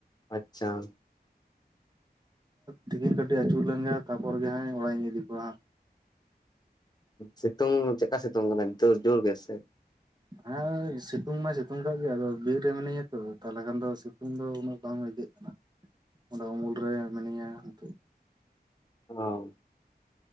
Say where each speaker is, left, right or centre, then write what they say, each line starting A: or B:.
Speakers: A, on the left; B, on the right.
A: ᱟᱪᱪᱷᱟ
B: ᱛᱤᱠᱤᱱ ᱠᱟᱹᱴᱤᱡ ᱟᱹᱪᱩᱨ ᱞᱮᱱᱜᱮ ᱛᱟᱯᱚᱨ ᱜᱮ ᱦᱟᱸᱜ ᱚᱲᱟᱜ ᱤᱧ ᱤᱫᱤ ᱠᱚᱣᱟ ᱦᱟᱸᱜ
A: ᱥᱤᱛᱩᱝ ᱪᱮᱠᱟ ᱥᱤᱛᱩᱝ ᱠᱟᱱᱟ ᱡᱩᱨ ᱡᱩᱨ ᱜᱮᱥᱮ
B: ᱦᱮᱸ ᱥᱤᱛᱩᱝ ᱢᱟᱭ ᱥᱤᱛᱩᱝ ᱠᱟᱜ ᱜᱮᱭᱟ ᱟᱫᱚ ᱵᱤᱨ ᱨᱮ ᱢᱤᱱᱟᱹᱧᱟ ᱛᱚ ᱛᱟᱦᱚᱞᱮ ᱠᱷᱟᱱ ᱫᱚ ᱥᱤᱛᱩᱝ ᱫᱚ ᱩᱱᱟᱹᱜ ᱵᱟᱝ <unintelligible> ᱚᱸᱰᱮ ᱩᱢᱩᱞ ᱨᱮ ᱢᱤᱱᱟᱹᱧᱟ ᱱᱤᱛᱚᱜ
A: ᱚ